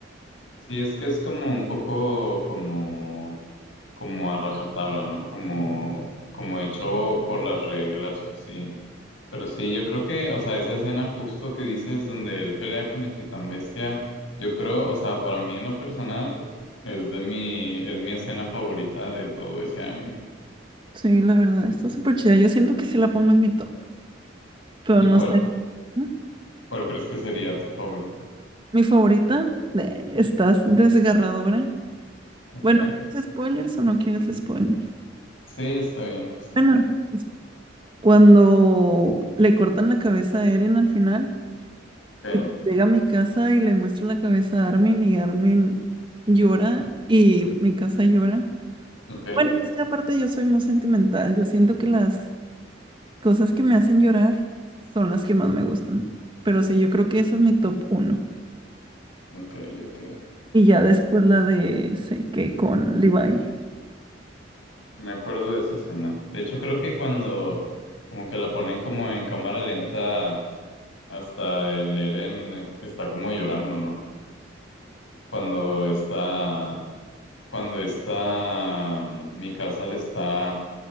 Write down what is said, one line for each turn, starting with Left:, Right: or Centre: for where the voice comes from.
Left: Sí, es que es como un poco como, como a rajatabla, ¿no? Como, como hecho por las reglas o así. Pero sí, yo creo que, o sea, esa escena justo que dices donde él pelea con el Titán Bestia, yo creo, o sea, para mí en lo personal es de mi, es mi escena favorita de todo ese anime.
Right: Sí, la verdad, está súper chida. Yo siento que sí la pongo en mi top, pero
Left: ¿Y
Right: no
Left: cuál,
Right: sé. ¿Mm?
Left: cuál crees que sería tu favorita?
Right: Mi favorita, de- estás desgarradora.
Left: Ok.
Right: Bueno, ¿quieres spoilers o no quieres spoilers?
Left: Sí, está bien, no pasa
Right: Bueno,
Left: nada.
Right: pues, cuando le cortan la cabeza a Eren al final.
Left: Ok,
Right: Y llega a mi casa y le muestra la cabeza a Armin y Armin llora y mi casa llora.
Left: ok,
Right: Bueno, es que aparte yo soy muy sentimental. Yo siento que las cosas que me hacen llorar son las que más me gustan. Pero sí, yo creo que esa es mi top uno.
Left: ok, ok.
Right: Y ya después la de que con Levi.
Left: Me acuerdo de esa escena. De hecho, creo que cuando como que la ponen como en cámara lenta hasta el Eren está como llorando, ¿no? cuando está, cuando está, mm, mi casa le está